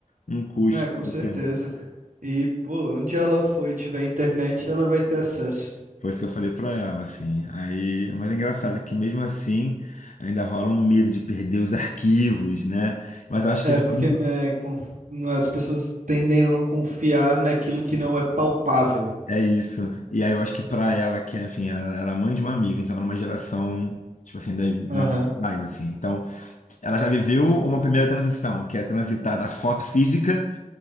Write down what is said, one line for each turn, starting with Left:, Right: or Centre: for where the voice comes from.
Left: um custo.
Right: né, com
Left: qualquer.
Right: certeza. E, pô, onde ela for e tiver internet, ela vai ter acesso.
Left: Foi isso que eu falei para ela, assim. Aí, mas é engraçado que mesmo assim ainda rola um medo de perder os arquivos, né? Mas eu acho
Right: É,
Left: que é muito
Right: porque, né, conf- né, as pessoas tendem a não confiar naquilo que não é palpável.
Left: é isso. E aí eu acho que pra ela, que enfim, ela, ela é mãe de uma amiga, então ela é uma geração, tipo assim, da,
Right: Aham.
Left: da mais, assim. Então Ela já viveu uma primeira transição, que é transitar da foto física